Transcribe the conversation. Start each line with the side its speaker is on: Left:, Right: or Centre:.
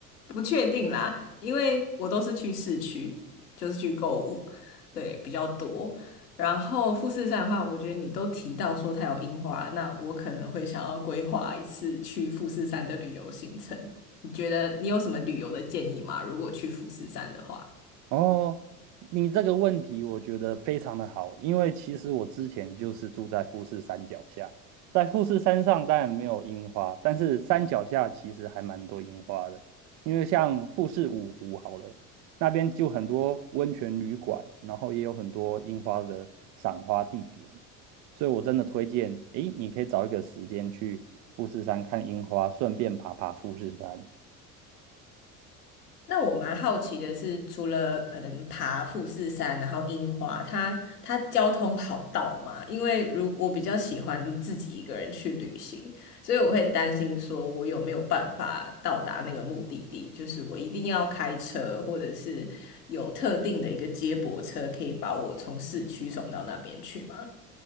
Left: 不确定啦，因为我都是去市区，就是去购物，对，比较多。然后富士山的话，我觉得你都提到说它有樱花，那我可能会想要规划一次去富士山的旅游行程。你觉得你有什么旅游的建议吗？如果去富士山的话？
Right: 哦，你这个问题我觉得非常的好，因为其实我之前就是住在富士山脚下，在富士山上当然没有樱花，但是山脚下其实还蛮多樱花的，因为像富士五湖好了，那边就很多温泉旅馆，然后也有很多樱花的赏花地点，所以我真的推荐，诶，你可以找一个时间去富士山看樱花，顺便爬爬富士山。
Left: 那我蛮好奇的是，除了可能爬富士山，然后樱花，它它交通好到吗？因为如我比较喜欢自己一个人去旅行，所以我会担心说我有没有办法到达那个目的地，就是我一定要开车，或者是有特定的一个接驳车可以把我从市区送到那边去吗？